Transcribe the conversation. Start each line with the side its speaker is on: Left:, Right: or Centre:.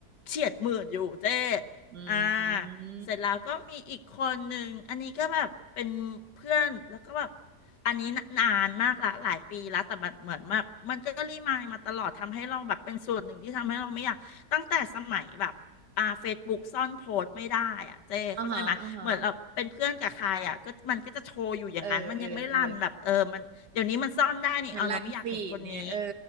Left: เฉียดหมื่นอยู่เจ้
Right: อืม
Left: อ่าเสร็จแล้วก็มีอีกคนหนึ่งอันนี้ก็แบบเป็นเพื่อนแล้วก็แบบอันนี้นะนานมากละหลายปีแล้วแต่แบบเหมือนแบบมันก็รีมายมาตลอดทำให้เราแบบเป็นส่วนหนึ่งที่ทำให้เราไม่อยากตั้งแต่สมัยแบบ อ่าเฟซบุ๊กซ่อนโพสต์ไม่ได้อ่ะเจ๊เข้าใจไหมเหมือนเราเป็นเพื่อนกับใครอ่ะก็มันก็จะโชว์อยู่อย่างนั้นมันยังไม่รันแบบเออมันเดี๋ยวนี้มันซ่อนได้นี่อ๋อเราไม่อยากเห็นคนนี้
Right: อ่าฮะอ่าฮะเออเออเออมันรันฟีดเนี่ยเออ